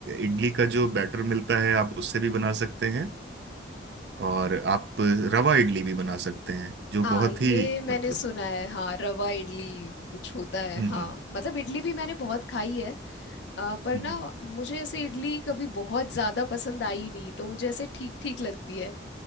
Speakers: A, on the right; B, on the left.
A: इडली का जो बैटर मिलता है आप उससे भी बना सकते हैं और आप रवा इडली भी बना सकते हैं जो
B: हाँ
A: बहुत
B: ये
A: ही
B: मैंने
A: मतलब
B: सुना है हाँ रवा इडली कुछ होता है
A: हम्म
B: हाँ मतलब इडली भी मैंने बहुत खाई है अ, पर
A: हम्म
B: ना मुझे ऐसे इडली कभी बहुत ज्यादा पसंद आई नहीं तो मुझे ऐसे ठीक ठीक लगती है